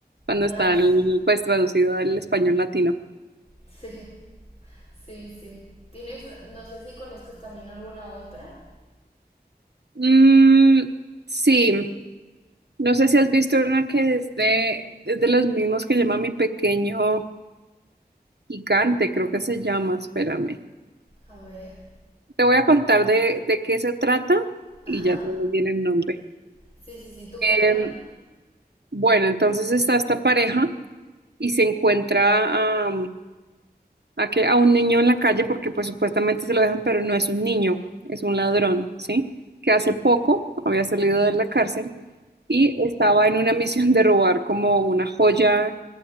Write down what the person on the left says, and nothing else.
Ah,
s-
sí, sí, sí. ¿Tienes, no sé si conozcas también alguna otra?
A ver.
Ajá.
Sí, sí, sí, tú cuéntame.